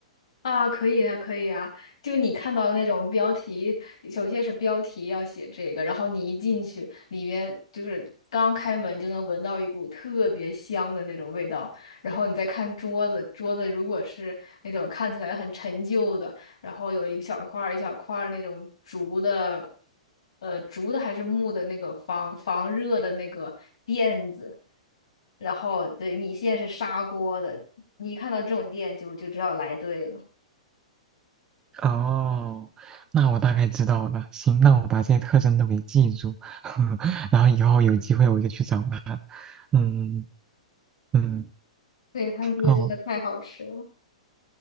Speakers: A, on the left; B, on the right.
A: 啊，可以啊，可以啊！就你看到那种标题，首先是标题要写这个，然后你一进去，里面就是刚开门就能闻到一股特别香的那种味道，然后你再看桌子，桌子如果是那种看起来很陈旧的，然后有一小块儿一小块儿那种竹的，呃，竹的还是木的那个防防热的那个垫子。然后对米线是砂锅的，你一看到这种店就就知道来对了。
B: 哦，那我大概知道了。行，那我把这些特征都给记住，<laughs> 然后以后有机会我就去找他。嗯嗯，
A: 对，它那个这个太好吃了。
B: 哦，